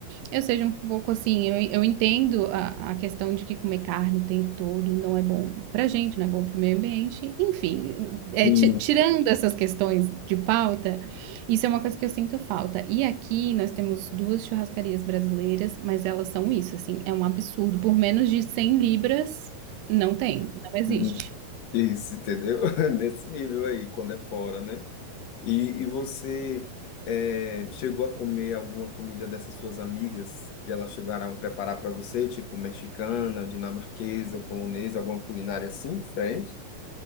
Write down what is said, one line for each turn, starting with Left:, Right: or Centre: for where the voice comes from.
Right: eu seja um pouco assim, eu, eu entendo a, a questão de que comer carne o tempo todo não é bom pra gente, não é bom pro meio ambiente, enfim, é,
Left: Hum,
Right: ti- tirando essas questões de pauta, isso é uma coisa que eu sinto falta. E aqui nós temos duas churrascarias brasileiras, mas elas são isso, assim, é um absurdo. Por menos de 100 libras, não tem, não existe.
Left: hum. Isso, entendeu? <laughs> Nesse nível aí, quando é fora, né? E, e você eh, chegou a comer alguma comida dessas suas amigas que elas chegaram a preparar para você, tipo mexicana, dinamarquesa, polonesa, alguma culinária assim, diferente?